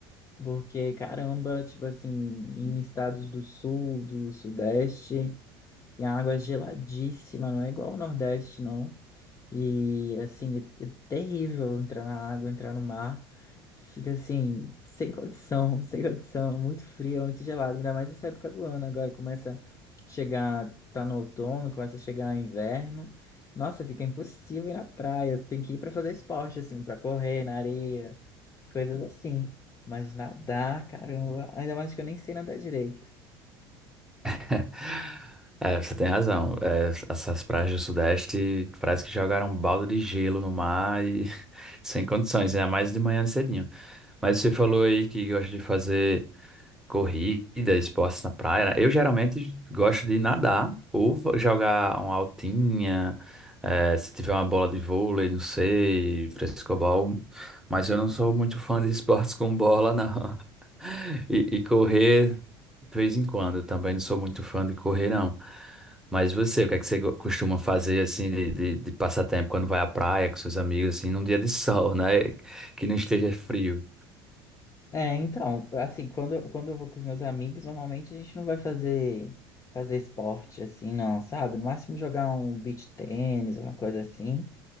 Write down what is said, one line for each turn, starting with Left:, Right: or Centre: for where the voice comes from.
Left: Porque, caramba, tipo assim, em estados do sul, do sudeste, tem água geladíssima, não é igual ao Nordeste, não. E, assim, é, é terrível entrar na água, entrar no mar. Fica assim, sem condição, <laughs> sem condição, muito frio, muito gelado, ainda mais nessa época do ano. Agora começa a chegar, tá no outono, começa a chegar inverno. Nossa, fica impossível ir na praia, você tem que ir para fazer esporte, assim, para correr na areia coisas assim. Mas nadar, caramba, ainda mais que eu nem sei nadar direito.
Centre: <laughs> É, você tem razão. É, essas praias do Sudeste parece que jogaram um balde de gelo no mar e <laughs> sem condições, ainda mais de manhã cedinho. Mas você falou aí que gosta de fazer corrida, esportes na praia. né? Eu geralmente gosto de nadar ou fa- jogar uma altinha, eh, se tiver uma bola de vôlei, não sei, frescobol. Mas eu não sou muito fã de <laughs> esportes com bola, não. <laughs> E, e correr, de vez em quando, também não sou muito fã de correr, não. Mas você, o que é que você go- costuma fazer, assim, de, de, de passatempo quando vai à praia com seus amigos, assim, num dia de sol, né? Que não esteja frio.
Left: É, então, assim, quando, eu- quando eu vou com os meus amigos, normalmente a gente não vai fazer fazer esporte assim, não, sabe? No máximo jogar um beach tênis, uma coisa assim.